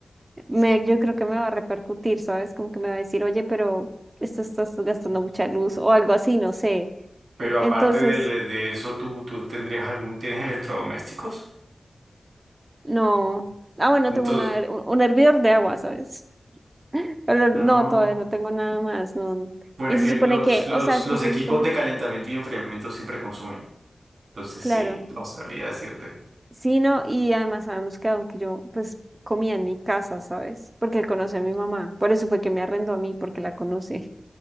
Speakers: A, on the right (about 30°); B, on the right (about 85°).
A: me, yo creo que me va a repercutir, ¿sabes? Como que me va a decir, oye, pero esto estás gastando mucha luz o algo así, no sé.
B: Pero aparte
A: Entonces.
B: de, le- de eso, ¿tú, tú tendrías algún, tienes electrodomésticos?
A: No. Ah, bueno,
B: Entonces,
A: tengo una, her- un un hervidor de agua, ¿sabes? Pero no,
B: no.
A: todavía no tengo nada más, no.
B: Bueno,
A: Y
B: es
A: se
B: que
A: supone
B: los,
A: que,
B: los,
A: o sea, es
B: los
A: que se
B: equipos
A: supone,
B: de calentamiento y enfriamiento siempre consumen. Entonces,
A: claro.
B: sí, no sabría decirte.
A: Sí, no, y además sabemos que aunque yo, pues, comía en mi casa, ¿sabes? Porque él conoce a mi mamá, por eso fue que me arrendó a mí, porque la conoce.